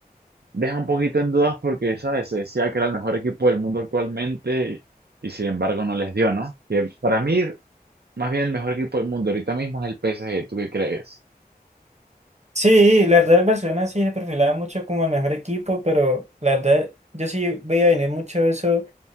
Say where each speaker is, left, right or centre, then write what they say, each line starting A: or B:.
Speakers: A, on the right; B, on the right.
A: deja un poquito en dudas porque, ¿sabes? Se decía que era el mejor equipo del mundo actualmente y, sin embargo no les dio, ¿no? Que para mí, más bien el mejor equipo del mundo ahorita mismo es el PSG, ¿tú qué crees?
B: Sí, la verdad el Barcelona sí se perfilaba mucho como el mejor equipo, pero la verdad yo sí veía venir mucho eso